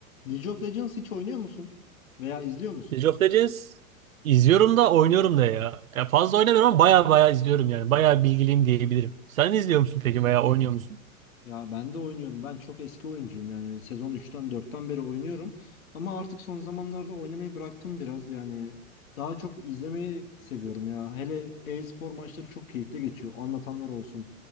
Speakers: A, on the left (about 70°); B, on the right (about 70°).
A: League of Legends hiç oynuyor musun? Veya izliyor musun?
B: League of Legends izliyorum da oynuyorum da ya. Ya fazla oynamıyorum ama baya baya izliyorum yani. Baya bilgiliyim diyebilirim. Sen izliyor musun peki veya oynuyor musun?
A: Ya ben de oynuyorum. Ben çok eski oyuncuyum yani. Sezon üçten dörtten beri oynuyorum. Ama artık son zamanlarda oynamayı bıraktım biraz. Yani daha çok izlemeyi seviyorum ya. Hele e-spor maçları çok keyifli geçiyor. Anlatanlar olsun,